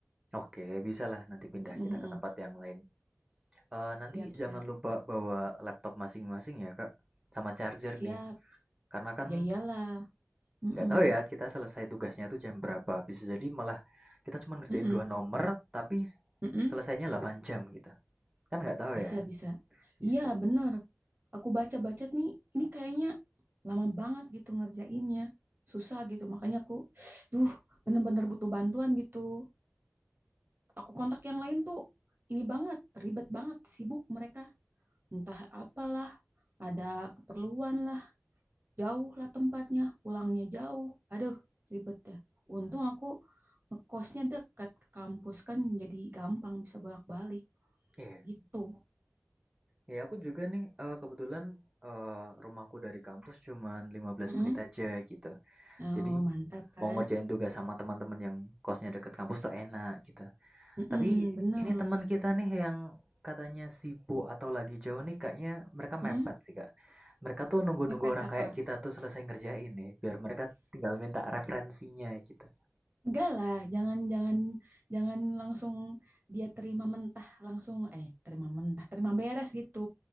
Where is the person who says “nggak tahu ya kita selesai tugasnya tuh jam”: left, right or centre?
Right